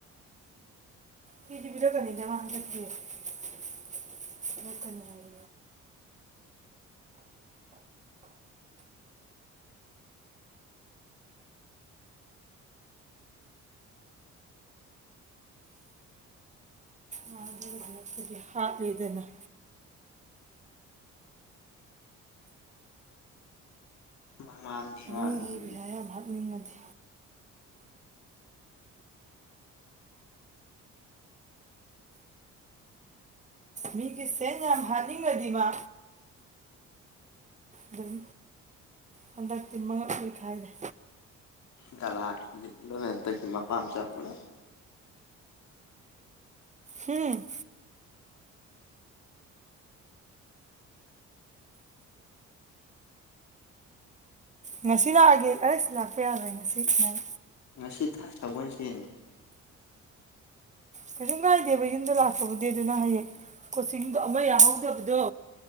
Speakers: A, on the right; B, on the left.
A: ꯄꯤꯗꯤ ꯄꯤꯔꯛꯀꯅꯤꯗ ꯃꯥ ꯍꯟꯗꯛꯇꯤ <unintelligible> ꯃꯒꯗꯤ <unintelligible> <unintelligible> ꯍꯥꯠꯂꯦꯗꯅ꯫
B: ꯃꯃꯥꯡꯒꯤ ꯃꯥ
A: ꯃꯤꯒꯤ
B: ꯎꯝ
A: ꯄꯩꯁꯥ ꯌꯥꯝ ꯍꯥꯠꯅꯤꯡꯉꯗꯤ꯫ ꯃꯤꯒꯤ ꯁꯦꯟ ꯌꯥꯝ ꯍꯥꯅꯤꯡꯉꯗꯤ ꯃꯥ ꯑꯗꯨꯝ ꯍꯟꯗꯛꯇꯤ ꯃꯉꯛ ꯂꯩꯈꯥꯏꯔꯦ꯫
B: ꯒꯂꯥ ꯅꯤꯛ <unintelligible> ꯃꯄꯥ ꯃꯆꯥ ꯄꯨꯂꯞ꯫
A: ꯍꯨꯡ ꯉꯁꯤ ꯂꯥꯛꯑꯒꯦ ꯑꯩꯁ ꯂꯥꯛꯄ ꯌꯥꯔꯣꯏ ꯉꯁꯤ ꯅꯪ
B: ꯉꯁꯤ ꯊ ꯁꯒꯣꯟꯁꯦꯟ
A: ꯀꯩꯁꯨ ꯀꯥꯏꯗꯦꯕ ꯌꯨꯝꯗ ꯂꯥꯛꯄꯕꯨꯗꯤ ꯑꯗꯨꯅ ꯍꯌꯦꯡ ꯀꯣꯆꯤꯡꯗꯣ ꯑꯃ ꯌꯥꯍꯧꯗꯕꯗꯣ